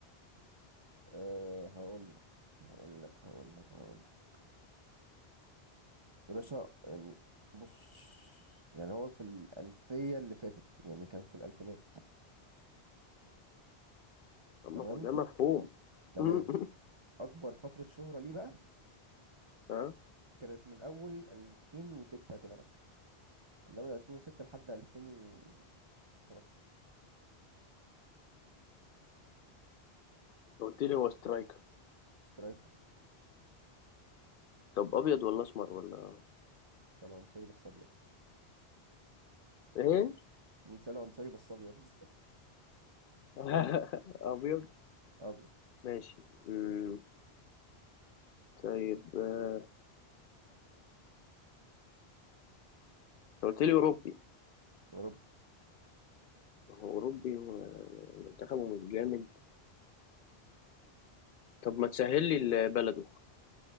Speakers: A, on the right (about 35°); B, on the left (about 60°).
A: آه، هقول لك هقول لك هقول لك هقول لك يا باشا يعني بص يعني هو في الألفية اللي فاتت يعني كان في الألفينات
B: طب ما
A: تمام
B: هو ده مفهوم
A: تمام
B: <laughs>
A: أكبر فترة شهرة ليه بقى
B: ها
A: كانت من أول 2006 كده مثلا من اول 2006 لحد 2013
B: قلت لي هو سترايكر
A: سترايكر
B: طب ابيض ولا اسمر ولا
A: صالح عنصري بس ابيض
B: ايه
A: <laughs> بقول صالح عنصري بس ابيض
B: <laughs> ابيض
A: <laughs> ابيض
B: ماشي أمم، طيب آه، قلت لي اوروبي
A: يا رب
B: ما هو أوروبي ومنتخبه مش جامد طب ما تسهل لي ال- بلده